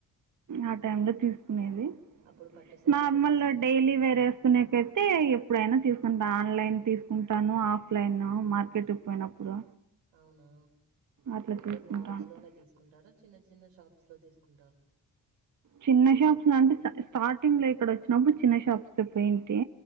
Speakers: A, on the right; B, on the right.
A: ఆ టైమ్ లో తీస్ కునేది
B: అప్పుడు పట్టు శారీలే
A: నార్మల్ల
B: తీసుకుంటారా?
A: డైలీ వేర్ ఏసుకునేకైతే ఎప్పుడైనా తీసుకుంటా ఆన్ ఆన్లైన్ తీసుకుంటాను ఆఫ్లైన్ మార్కెట్కి పోయినప్పుడు.
B: అవునా
A: అట్లా
B: అంటే
A: తీసుకుంటూ
B: మాల్స్
A: ఉంటాను
B: లోనే తీసుకుంటారా చిన్న చిన్న షాప్స్ లో తీసుకుంటారా.
A: చిన్న షాప్స్ లో అంటే స్ స్టార్టింగ్ లో ఇక్కడ వచ్చినప్పుడు చిన్న షాప్స్ కె పోయింట్. టీ